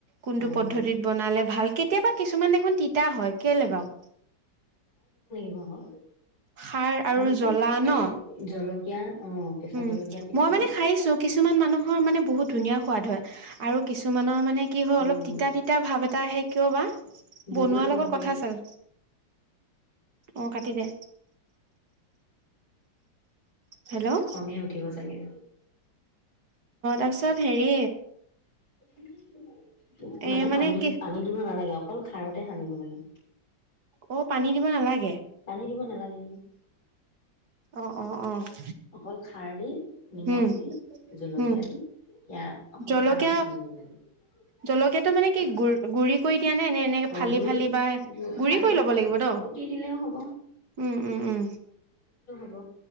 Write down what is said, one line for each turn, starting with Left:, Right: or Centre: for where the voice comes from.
Right: কোনটো
Left: অ',
Right: পদ্ধতিত বনালে ভাল কেতিয়াবা কিছুমান দেখোন তিতা হয় কেলে বাও
Left: কিবা আকৌ
Right: সাৰ আৰু
Left: মানে কি
Right: জ্বলা ন
Left: জলকীয়া অ কেঁচা
Right: উম
Left: জলকীয়া পিচি
Right: মই মানে খাইছো কিছুমান মানুহৰ মানে। মানে বহুত ধুনীয়া সোৱাদ হয়। আৰু কিছুমানৰ, মানে, কি হয়,
Left: অ',
Right: অলপ তিতা-তিতা ভাব এটা আহে কিয় বা?
Left: বুবুৱে
Right: বনোৱাৰ
Left: ফোন
Right: লগত
Left: কৰি
Right: কথা আছে, আৰু অ', কাটি দে হেল্ল', অ'।
Left: খঙে উঠিব চাগে।
Right: তাৰ পিছত, হেৰি
Left: <unintelligible>
Right: এই
Left: মানে পানী,
Right: কি
Left: পানী দিব নালাগে অকল খাৰতেই সানিব লাগে।
Right: অ', পানী দিব নালাগে
Left: পানী দিব নালাগে নহয় <unintelligible>
Right: অ', অ', অ'।
Left: অকল খাৰ দি, নিমখ
Right: উম,
Left: দি, জলকীয়া
Right: উম,
Left: দি, সেয়া অকল
Right: জলকীয়া
Left: খাৰতেই সানিব লাগে।
Right: জলকীয়াটো মানে কি গুৰ গুৰি কৰি দিয়া নে? নে, এনেকে
Left: অ
Right: ফালি-ফালি
Left: গুৰি
Right: বা গুৰি
Left: ফালি
Right: কৰি ল'ব লাগিব ন?
Left: কুটি দিলেও হ'ব
Right: উম, উম, উম।
Left: ব